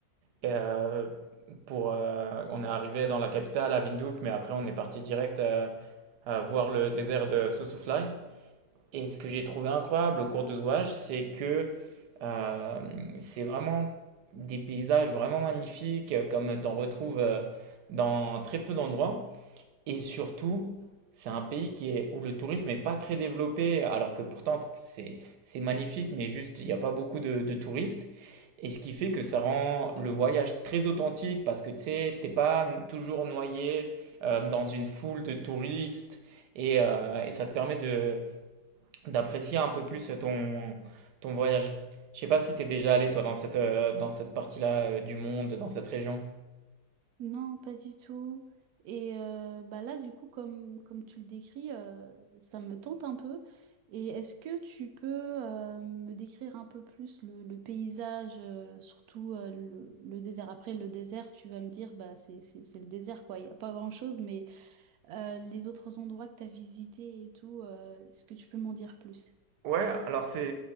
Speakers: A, on the right; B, on the right.
A: Et, euh, pour, euh, on est arrivé dans la capitale, à Windhoek, mais après on est parti direct euh, euh, voir le désert de Sossusvlei. Et ce que j'ai trouvé incroyable au cours de ce voyage, c'est que euh, c'est vraiment des paysages vraiment magnifiques, euh, comme t'en retrouves euh, dans très peu d'endroits. Et surtout, c'est un pays qui est, où le tourisme n'est pas très développé, alors que pourtant c'est c'est magnifique, mais juste il n'y a pas beaucoup de, de touristes. Et ce qui fait que ça rend le voyage très authentique parce que tu sais, t'es pas toujours noyé euh, dans une foule de touristes et, euh, et ça te permet de d'apprécier un peu plus ton, ton voyage. Je sais pas si t'es déjà allé toi dans cette, euh, dans cette partie-là euh, du monde, dans cette région.
B: Non, pas du tout. Et euh, bah là, du coup, comme, comme tu le décris, euh, ça me tente un peu. Et est-ce que tu peux euh, me décrire un peu plus le, le paysage, euh, surtout euh, le, le désert? Après, le désert, tu vas me dire, bah, c'est, c'est, c'est le désert, quoi. Il n'y a pas grand-chose, mais euh, les autres endroits que tu as visités et tout, euh, est-ce que tu peux m'en dire plus?
A: Ouais, alors c'est